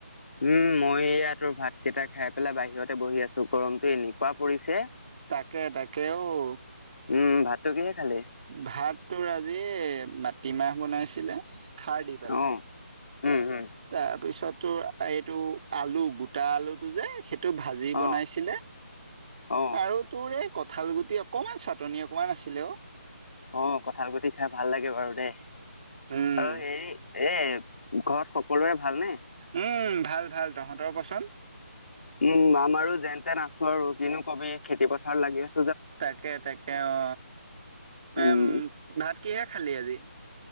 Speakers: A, on the left; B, on the right.
A: উম মই এয়া তোৰ ভাত কেইটা খাই পেলাই বাহিৰতে বহি আছো গৰমতটো এনেকুৱক পৰিছে <unintelligible>
B: তাকে তাকে অঔ।
A: উম, ভাতটো কিহে খালি?
B: ভাত তৰ আজি <inaudible> মাটিমাহ বনাইছিলে খাৰ দি পেলাই।
A: অ', উম, উম,
B: তাৰপিছত তোৰ এইটো আলু গোটা আলুটো যে, সেইটো ভাজি বনাইছিলে
A: অ', অ',
B: আৰু তোৰ এ কঁঠাল গুটি অকমান চাটনি অকমান আছিলে অ
A: অ কঠাল গুটি খাই ভাল লাগে বাৰু দেই
B: উম
A: আৰু সেই এ ঘৰত সকলোৰে ভালনে?
B: উম ভাল ভাল তহঁতৰ কচোন <unintelligible>
A: উম আমাৰো যেন তে নাছো আৰু কিন্তু কবি খেতি পথাৰ লাগি আছে <inaudible>
B: তাকে তাকে অ
A: উম,
B: এম ভাত কিহে খালি আজি <unintelligible>